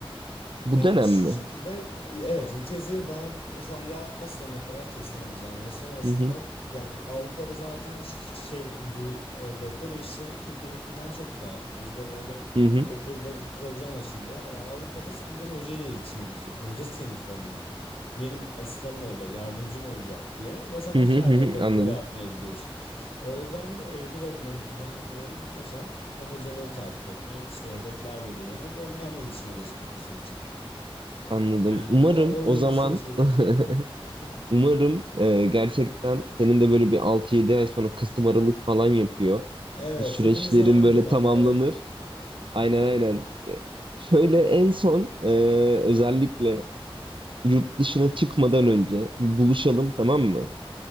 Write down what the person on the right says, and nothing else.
Bu
dönem
mi?
Hı hı
hı hı
hı hı
hı hı.
anladım
anladım.
Umarım
o
zaman
<laughs>
umarım e, gerçekten senin de böyle bir altı yedi ay sonra Kasım Aralık falan yapıyor.
Bu süreçlerin
böyle
tamamlanır.
Aynen aynen. E, Şöyle en son e, özellikle yurt dışına çıkmadan önce buluşalım tamam mı?